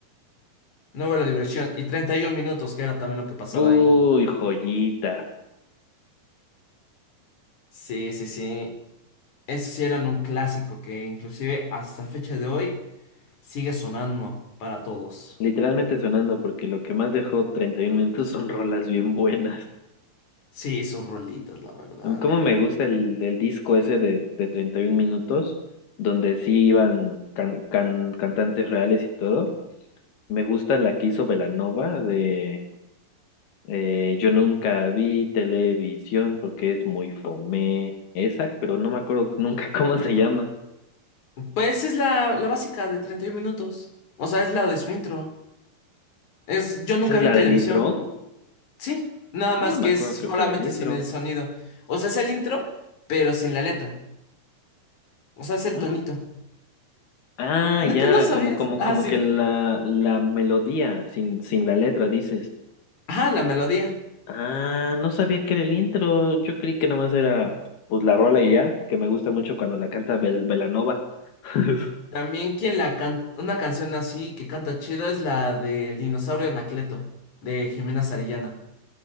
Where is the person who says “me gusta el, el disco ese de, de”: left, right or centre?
Left